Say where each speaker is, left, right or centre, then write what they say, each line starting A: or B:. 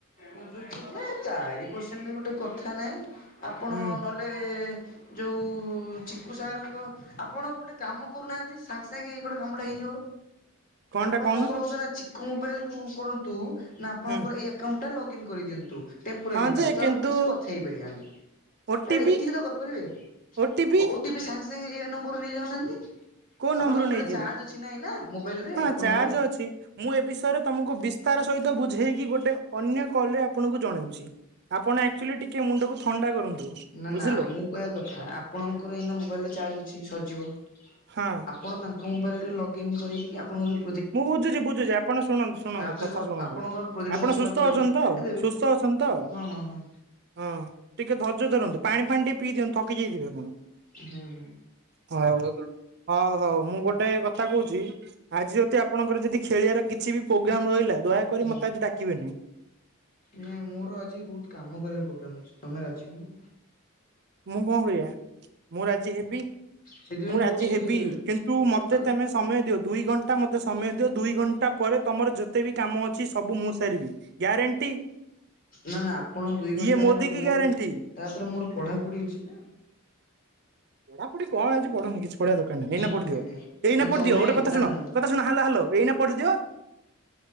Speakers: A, on the left (about 40°); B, on the right (about 50°).
A: ବୁଝୁଛି ଯେ ଚାରି ପରସେଣ୍ଟ ଗୋଟେ କଥା ନାଇଁ ଆପଣ।
B: ହୁଁ
A: କଲେ ଯଉ ଚିକୁ ସାରଙ୍କ। ଆପଣ ଗୋଟେ କାମ କରୁନାହାନ୍ତି ସାଙ୍ଗେ ସାଙ୍ଗେ ଏଇ ଗୋଟେ କାମଟେ ହେଇଯିବ।
B: କଣଟା
A: ଆପଣ
B: କହୁନ
A: କଣ କରନ୍ତୁ ନା ଚିକୋ ମୋବାଇଲ କୁ କରନ୍ତୁ ନା ଆପଣଙ୍କର
B: ହୁଁ
A: ଏଇ ଆକାଉଣ୍ଟଟା ଲଗ ଇନ୍ କରିଦିଅନ୍ତୁ ତେମ୍ପ୍ରାରି
B: ହଁ
A: ପାଇଁ
B: ଯେ
A: ତ
B: କିନ୍ତୁ
A: କିଛିଟା କଥା ହେଇପାରିବା ଆମେ।
B: ଓଟିପି
A: ଆରେ ଏତିକି ତ କରିପାରିବେ
B: ଓଟିପି
A: ଓ ଟି ପି ସାଙ୍ଗେ ସାଙ୍ଗେ ଏଇ ନମ୍ବରରେ ନେଇଯାଉନାହାନ୍ତି। ଆପଣଙ୍କ
B: କୋଉ ନମ୍ବରରୁ
A: ମୋବାଇଲ
B: ନେଇଯିବି?
A: ରେ ଚାର୍ଜ ଅଛି ନା ଏଇନା ମୋବାଇଲ ରେ
B: ହଁ
A: ଆପଣଙ୍କର।
B: ଚାର୍ଜ ଅଛି ମୁଁ ଏ ବିଷୟରେ ତମକୁ ବିସ୍ତାର ସହିତ ବୁଝେଇକି ଗୋଟେ ଅନ୍ୟ କଲରେ ଆପଣଙ୍କୁ ଜଣଉଛି ଆପଣ ଆକଚୁଆଲି ଟିକେ ମୁଣ୍ଡକୁ ଥଣ୍ଡା କରନ୍ତୁ।
A: ନା
B: ବୁଝିଲେ
A: ନା ମୁଁ କହିବା କଥା ଆପଣଙ୍କର ଏଇନା ମୋବାଇଲରେ ଚାର୍ଜ ଅଛି ସରି ଯିବ।
B: ହଁ।
A: ଆପଣ ତାଙ୍କ ମୋବାଇଲରେ ଲଗ୍ଇନ୍ କରିକି ଆପଣଙ୍କ ଯଉ
B: ମୁଁ ବୁଝୁଛି ବୁଝୁଛି ଆପଣ ଶୁଣନ୍ତୁ ଶୁଣନ୍ତୁ
A: ତାପରେ
B: କଥା
A: କ
B: ଶୁଣନ୍ତୁ
A: ଆପଣଙ୍କର ପ୍ରୋଜେକ୍ଟ
B: ଆପଣ
A: କାମ ସରିଲା
B: ସୁସ୍ଥ
A: ପରେ
B: ଅଛନ୍ତି ତ
A: କାଟିଦେବେ
B: ସୁସ୍ ସ୍ଥ ଅଛନ୍ତି ତ।
A: ହଁ ହଁ ହଁ।
B: ହଁ ଟିକେ ଧର୍ଯ୍ୟ ଧରନ୍ତୁ ପାଣି ଫାଣି ଟିକେ ପିଇ ଦିଅନ୍ତୁ ଥକି ଯାଇଥିବେ ଆପଣ।
A: ହୁଁ ହୁଁ
B: ହଉ ହଉ ହଉ ମୁଁ ଗୋଟେ କଥା କହୁଛି ଆଜି ଯ ଆପଣଙ୍କର ଯଦି ଖେଳିବାର କିଛି ବି ପ୍ରୋଗ୍ରାମ ରହିଲା ଦୟାକରି
A: ହୁଁ।
B: ମତେ ଆଜି ଡାକିବେନି।
A: ନାଇଁ ମୋର ଆଜି ବହୁତ କାମ କରିବାର ପ୍ରୋଗ୍ରାମ ଅଛି ତମେ ରାଜି ହଉନ।
B: ମୁଁ କଣ କରିବା ମୁଁ ରାଜି ହେବି
A: ସେଥିପାଇଁ
B: ମୁଁ ରାଜି
A: କହୁଛି
B: ହେବି କିନ୍ତୁ
A: ଚିକୁ ଭାଇଙ୍କ
B: ମତେ ତମେ ସମୟ ଦିଅ ଦୁଇ ଘଣ୍ଟା ମତେ ସମୟ ଦିଅ ଦୁଇ ଘଣ୍ଟା ପରେ ତମର ଯେତେ ବି କାମ ଅଛି ସବୁ ମୁଁ ସାରିବି। ଗ୍ୟାରେଣ୍ଟି।
A: ନା ନା ଆପଣ ଦୁଇ ଘଣ୍ଟା
B: ଇଏ ମୋଦି
A: ମୋର
B: କି ଗ୍ୟାରେଣ୍ଟି।
A: ତାପରେ ମୋର ପଢା ପଢି ଅଛି ନା।
B: ପଢାପଢ଼ି କଣ ଆଜି ପଢ଼ନି କି ବଢ଼ିଆ ଦୋକାନ
A: ହୁଁ
B: ଏଇନା ପଡିଥିବ
A: ନାଇଁ ନାଇଁ
B: ଏଇନା
A: ନା
B: ପଡିଥିବ
A: ତମେ
B: ଗୋଟେ କଥା
A: ନା
B: ଶୁଣ
A: ନା
B: କଥା ଶୁଣ ହାଲ ହାଲ ଏଇନେ ପଡିଥିବ।